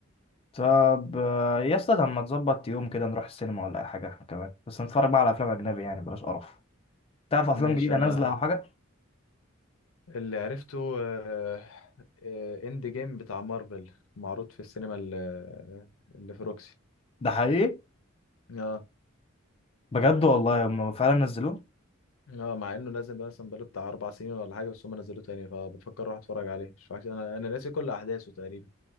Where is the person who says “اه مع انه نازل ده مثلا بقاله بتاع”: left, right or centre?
Left